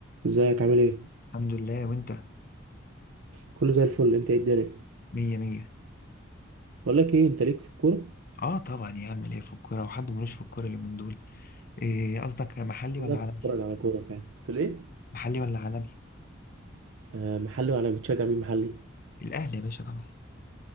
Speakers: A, on the right (about 75°); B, on the left (about 50°).
A: ازيك عامل ايه
B: الحمد لله وانت
A: كله زي الفل انت ايه الدنيا
B: مية مية
A: بقول لك ايه انت ليك في الكوره
B: اه طبعا يا عم ليه في الكورة وحد ملوش في الكورة اليومين دول ايه قصدك محلي
A: لا
B: ولا
A: بتتفرج
B: عالمي
A: على كوره فعلا قلت له ايه
B: محلي ولا عالمي
A: آه محلي ولا بتشجع مين محلي
B: الاهلي يا باشا طبعا